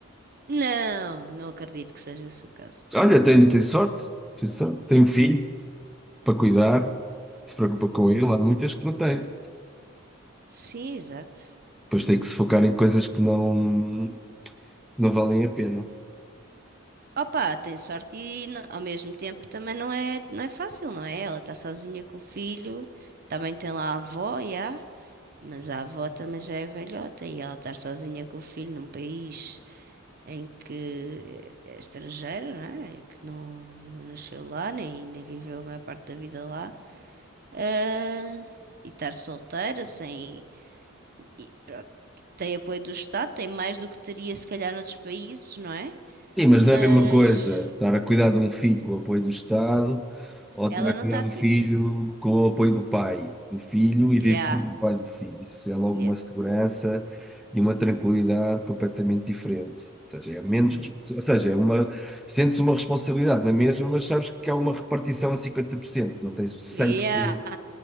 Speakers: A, on the right; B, in the centre.
A: Não, não acredito que seja esse o caso.
B: Olha, tenho, tenho sorte, tenho sorte. Tenho um filho para cuidar, se preocupa com ele. Há muitas que não têm.
A: Sim, exato.
B: Depois tem que se focar em coisas que não, não valem a pena.
A: Opa, tem sorte e n- ao mesmo tempo também não é, não é fácil, não é? Ela está sozinha com o filho, também tem lá a avó, já, mas a avó também já é velhota e ela estar sozinha com o filho num país. em que é estrangeira, não é? E Que não, não nasceu lá, nem, nem viveu a maior parte da vida lá, ah, e estar solteira, sem. E pronto, tem apoio do Estado, tem mais do que teria se calhar noutros países, não é?
B: Sim, mas
A: Mas
B: não é a mesma coisa estar a cuidar de um filho com o apoio do Estado ou estar
A: ela
B: a cuidar
A: não está a
B: do
A: cuidar.
B: filho com o apoio do pai do filho e
A: Yeah,
B: viver com o pai do filho. Isso é logo
A: yeah,
B: uma segurança e uma tranquilidade completamente diferente. Ou seja, é menos,
A: hum,
B: ou seja, é uma, sentes uma responsabilidade na mesma, mas sabes que há uma repartição a 50%. não tens o cem
A: yeah.
B: por cento